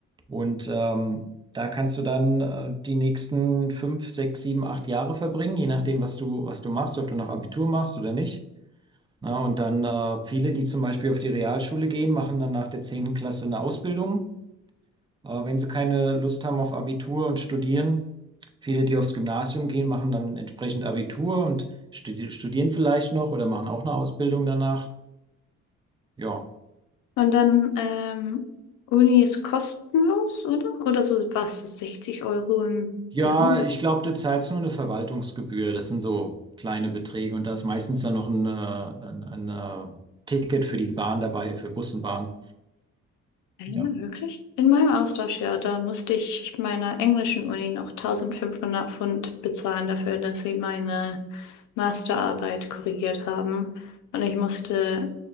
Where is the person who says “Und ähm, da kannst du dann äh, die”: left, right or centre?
Right